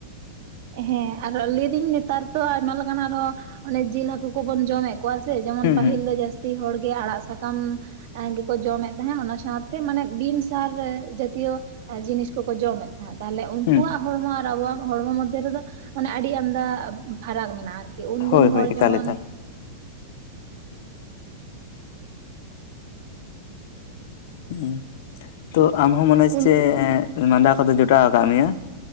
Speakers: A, on the right; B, on the left.
A: ᱦᱮᱸ ᱟᱨ ᱞᱟᱹᱭᱫᱟᱹᱧ ᱱᱮᱛᱟᱨ ᱛᱚ ᱟᱭᱢᱟ ᱞᱮᱠᱟᱱᱟᱜ ᱟᱨᱦᱚᱸ ᱚᱱᱮ ᱡᱤᱞ ᱦᱟᱠᱩ ᱠᱚᱵᱚᱱ ᱡᱚᱢᱮᱫ ᱠᱚᱣᱟ ᱥᱮ ᱡᱮᱢᱚᱱ
B: ᱦᱩᱸ
A: ᱯᱟᱹᱦᱤᱞ
B: ᱦᱩᱸ
A: ᱫᱚ ᱡᱟᱹᱥᱛᱤ ᱦᱚᱲᱜᱮ ᱟᱲᱟᱜ ᱥᱟᱠᱟᱢ ᱜᱮᱠᱚ ᱡᱚᱢᱮᱫ ᱛᱟᱦᱮᱸᱫ ᱚᱱᱟ ᱥᱟᱶᱛᱮ ᱢᱟᱱᱮ ᱵᱤᱱ ᱥᱟᱨ ᱡᱟᱛᱤᱭᱚ ᱡᱤᱱᱤᱥ ᱠᱚ ᱠᱚ ᱡᱚᱢᱮᱫ ᱛᱟᱦᱮᱸᱫ ᱛᱟᱦᱚᱞᱮ ᱩᱱᱠᱩᱣᱟᱜ
B: ᱦᱩᱸ
A: ᱦᱚᱲᱢᱚ ᱟᱨ ᱟᱵᱚᱣᱟᱜ ᱦᱚᱲᱢᱚ ᱢᱚᱫᱽᱫᱷᱮ ᱨᱮᱫᱚ ᱢᱟᱱᱮ ᱟᱹᱰᱤ ᱟᱱᱫᱟ ᱯᱷᱟᱨᱟᱠ ᱢᱮᱱᱟᱜᱼᱟ ᱠᱤ ᱩᱱᱫᱤᱱ
B: ᱦᱳᱭ
A: ᱦᱚᱲ
B: ᱦᱳᱭ ᱮᱠᱟᱞ
A: ᱡᱮᱢᱚᱱ
B: ᱮᱠᱟᱞ ᱦᱮᱸ ᱛᱚ ᱟᱢᱦᱚᱸ ᱢᱚᱱᱮ ᱦᱚᱪᱷᱮ
A: ᱩᱱ
B: ᱢᱟᱫᱟ ᱠᱚᱫᱚ ᱡᱚᱴᱟᱣ ᱟᱠᱟᱫ ᱢᱮᱭᱟ